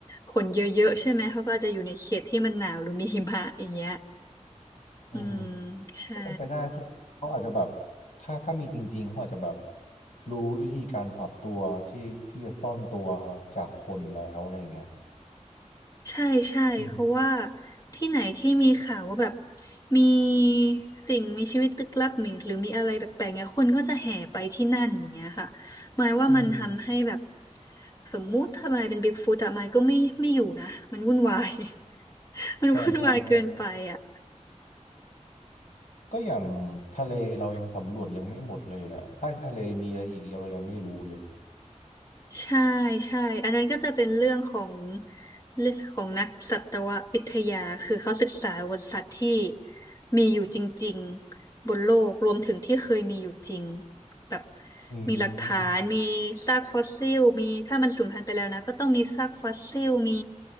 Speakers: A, on the left; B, on the left.
A: ขนเยอะๆใช่ไหมเขาก็อาจจะอยู่ในเขตที่มันหนาวหรือมีหิมะอย่างเงี้ย
B: อืม
A: อืมใช่
B: ก็เป็นไปได้พวกเขาอาจจะแบบถ้าถ้ามีจริงๆเขาอาจจะแบบรู้วิธีการปรับตัวที่ที่จะซ่อนตัวจากคนแล้วอะไรอย่างเงี้ย
A: ใช่ใช่เพราะว่า
B: อืม
A: ที่ไหนที่มีข่าวว่าแบบมีสิ่งมีชีวิตลึกลับหรือหรือมีอะไรแปลกๆเนี่ยคนก็จะแห่ไปที่นั่นอย่างเงี้ยค่ะหมายว่ามันทำให้แบบ
B: อืม
A: สมมุติถ้ามายเป็นบิ๊กฟุตอะมายก็ไม่ไม่อยู่นะมันวุ่นวาย <laughs> มันวุ่นวายเกินไปอะ
B: ใช่ใช่ใช่ก็อย่างทะเลเรายังสำรวจยังไม่หมดเลยอะใต้ทะเลมีอะไรอีกเรายังไม่รู้เลย
A: ใช่ใช่อันนั้นก็จะเป็นเรื่องของเรื่องของนักสัตววิทยาคือเขาศึกษาบนสัตว์ที่มีอยู่จริงๆบนโลกรวมถึงที่เคยมีอยู่จริงแบบ
B: อืม
A: มีหลักฐานมีซากฟอสซิลมีถ้ามันสูญพันธุ์ไปแล้วนะก็ต้องมีซากฟอสซิลมี